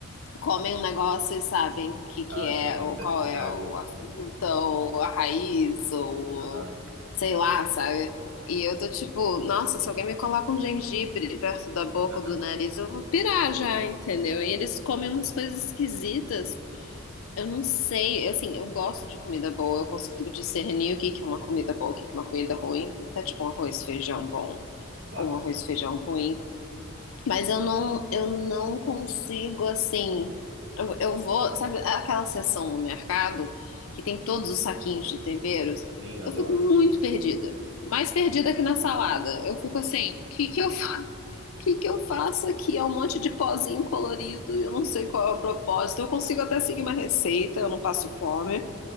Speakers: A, on the left; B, on the right.
A: comem um negócio e sabem o que, que
B: Ah,
A: é,
B: sim,
A: ou
B: o teste
A: qual
B: cego.
A: é o- a fruta, ou a raiz, ou
B: Aham.
A: sei lá, sabe? E eu tô tipo, nossa, se alguém me coloca um gengibre perto da boca
B: <laughs>
A: ou do nariz, eu vou pirar já, entendeu? E eles comem umas coisas esquisitas. Eu não sei, eu, assim, eu gosto de comida boa, eu consigo discernir
B: Sim,
A: o que que é uma comida boa, o que que é uma comida ruim, até tipo um arroz e feijão bom
B: claro.
A: ou um arroz e feijão ruim. Mas eu não, eu não consigo, assim. Eu, eu vou, sabe, aquela seção no mercado que tem todos os saquinhos de temperos,
B: Sim, adoro.
A: eu fico muito perdida. Mais perdida que na salada. Eu fico assim, o que que eu, fa- <laughs> que que eu faço aqui? É um monte de pozinho colorido e eu não sei qual é o propósito. Eu consigo até seguir uma receita, eu não passo fome.
B: Sim,